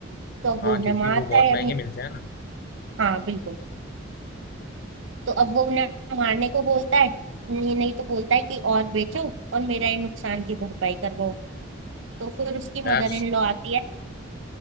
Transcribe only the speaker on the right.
तो अब
वो उन्हें
मारता
है
अभी
हाँ बिल्कुल
तो अब वो उन्हें मारने को बोलता है नहीं नहीं तो बोलता है कि और बेचो और मेरा ये नुकसान की भरपाई करवाओ तो फिर उसकी
मदर इन लॉ आती है